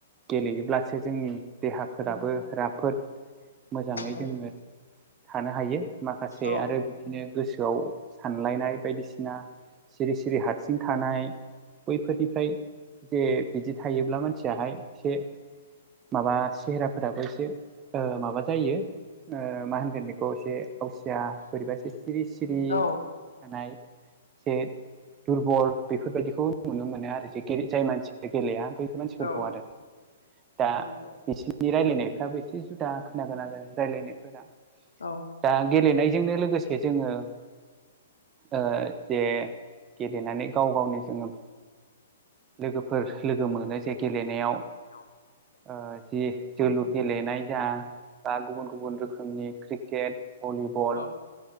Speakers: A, on the right (about 25°); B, on the left (about 75°).
A: गेलेयोब्लासो जोंनि देहाफोराबो राफोद मोजाङै
B: नंगौ
A: जोङो थानो हायो माखासे
B: औ
A: आरो बिदिनो गोसोआव सानलायनाय बायदिसिना सिरि सिरि हारसिं थानाय बैफोरनिफ्राय जे बिदि थायोब्ला मानसियाहाय एसे माबा सेहेराफोराबो एसे ओ माबा जायो ओ मा होनगोन बेखौ एसे अवसिया बोरैबा एसे सिरि सिरि
B: औ
A: थानाय जे दुरबल बेफोरबायाददिखौ नुनो मोनो आरो जे जाय मानसिया गेलेाया बै मानसिफोरखौ
B: औ
A: आरो दा
B: नंगौ
A: बिसिनि रायलायनायफ्राबो एसे जुदा खोनागोन आरो रायज्लायनायफोरा
B: औ
A: दा गेलेनायजोंनो लोगोसे जोङो ओ जे गेलेनानै गाव गावनि जोङो लोगोफोर लोगो मोनो जे गेलेनायाव
B: <unintelligible>
A: ओ जि जोलुर गेलेनाय जा बा गुबुन गुबुन रोखोमनि क्रिकेट भलिबल
B: औ